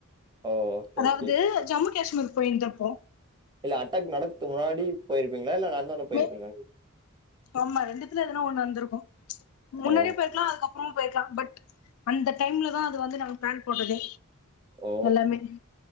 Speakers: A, on the right (about 20°); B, on the left (about 70°).
A: ஓ ஓகே
B: அதாவது
A: ஓகே
B: ஜம்மு காஷ்மீர்க் போயிர்ந்திர்ப்போ
A: இல்ல அட்டாக் நடக்துக் முன்னாடி போயிருப்பீங்களா இல்ல நடந்தொன்னே போயிருப்பீங்களானு
B: மே
A: கேக்
B: ஆமா ரெண்டுத்துல எதுனா ஒன் நட்ந்திருக்கு முன்னாடியே
A: ஓ
B: போயிர்க்கலா அதுக்கப் றோ போயிர்க்கலா பட் அந்த டைம்ல தா அது வந்து நாங்க ப்ளான் போட்டது
A: ஓ
B: எல்லார்மே